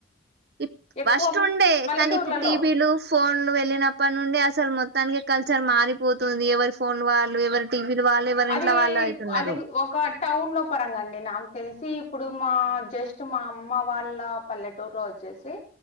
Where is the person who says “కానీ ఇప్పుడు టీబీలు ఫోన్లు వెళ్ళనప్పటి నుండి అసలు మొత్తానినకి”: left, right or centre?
Right